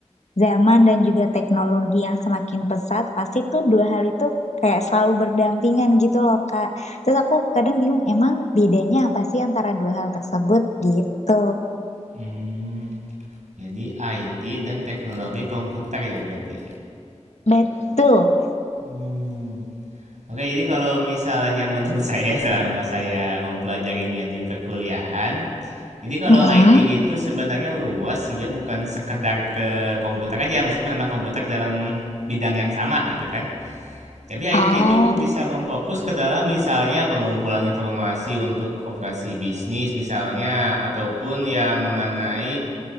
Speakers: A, on the left; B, on the right.
A: zaman dan juga teknologi yang semakin pesat, pasti tuh dua hal itu kayak selalu berdampingan gitu loh, Kak. Terus aku kadang bingung, emang bedanya apa sih antara dua hal tersebut gitu?
B: hmm, jadi IT dan teknologi komputer ya berarti
A: Betul.
B: hmm. oke jadi kalau misalnya menurut <laughs> saya selama saya mempelajarinya di perkuliahan jadi kalau
A: Mm-mm.
B: IT itu sebenarnya luas ya bukan sekedar ke komputer aja meskipun emang komputer dalam bidang yang sama gitu kan Jadi IT
A: Oh.
B: itu bisa memfokus ke dalam misalnya pengumpulan informasi untuk operasi bisnis misalnya ataupun ya mengenai